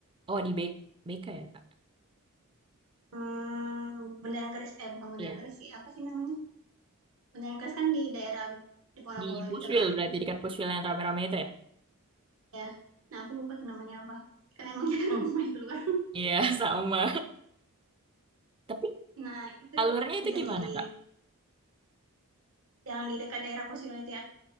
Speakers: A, on the right; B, on the right.
A: oh di BK, BK ya kak
B: Hmm, Bundaran Keris eh bukan Bundaran
A: Iya
B: Keris sih, apa sih namanya? Bundaran Keris kan di daerah di Diponegoro
A: di Pushwill
B: gitu kan.
A: berarti dekat Pushwill yang rame-rame itu ya
B: Ya. Nah, aku lupa tuh namanya apa. Karena emang <laughs> jarang main keluar.
A: iya <laughs> sama tapi
B: Nah, itu
A: alurnya itu
B: bisa
A: gimana
B: jadi
A: kak
B: yang di dekat daerah Posil itu ya.